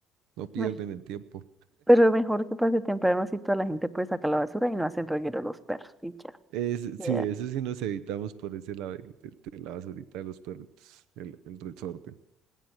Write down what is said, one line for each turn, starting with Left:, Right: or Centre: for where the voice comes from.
Right: no pierden
Centre: Bueno,
Right: el tiempo.
Centre: pero mejor que pase temprano, así toda la gente puede sacar la basura y no hacen reguero los perros y ya.
Right: Es,
Centre: queda.
Right: sí, eso sí nos evitamos por ese lado de, de- de la basurita de los perritos, el, el resorte.